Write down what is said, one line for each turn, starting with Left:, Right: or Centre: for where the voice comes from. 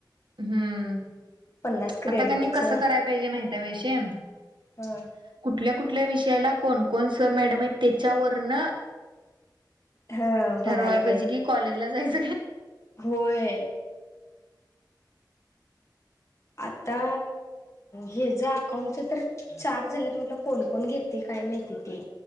Right: हम्म
Left: पन्नास क्रेडिटच
Right: आता कनी कस कराय पाहिजे माहिती वैशे कुठ
Left: ह
Right: कुठल्या कुठल्या विषयाला कोणकण सर मॅडम आहे त्याच्यावर ना
Left: हा
Right: ठरवाय
Left: बघायला
Right: पाहिजे कि कॉलेजला जायच
Left: होय आता हे ज अकाउंटच तर चार झाल्यात म्हटलं कोण कोण घेते काय माहिती ते